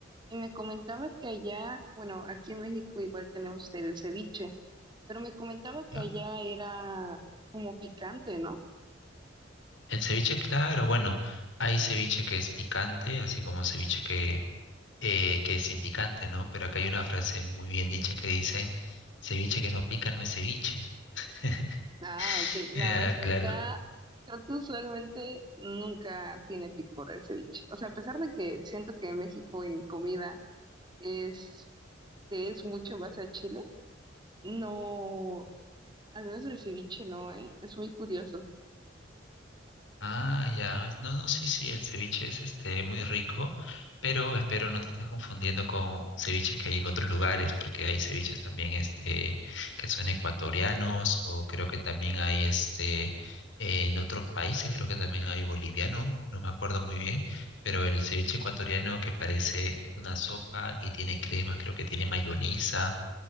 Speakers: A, on the right; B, on the left.
A: y me comentaba que allá, bueno, aquí en México igual tenemos el ceviche, pero me comentaba que
B: ¿ya?
A: allá era como picante, ¿no?
B: El ceviche, claro, bueno, hay ceviche que es picante, así como ceviche que, eh, que es sin picante, ¿no? Pero acá hay una frase muy bien dicha que dicen, ceviche que no pica no es ceviche. <laughs>
A: Ah, ok, no,
B: Ah,
A: es que
B: claro,
A: acá creo que usualmente nunca tiene picor el ceviche. O sea, a pesar de que siento que en México en comida es que es mucho en base a Chile. No, al menos el ceviche no, ¿eh? Es muy curioso.
B: Ah, ya. No, no, sí, sí, el ceviche es este muy rico, pero espero no te estés confundiendo con ceviches que hay en otros lugares, porque hay ceviches también este que son ecuatorianos, o creo que también hay este en otros países, creo que también hay boliviano, no me acuerdo muy bien, pero el ceviche ecuatoriano que parece una sopa y tiene cremas, creo que tiene mayonesa.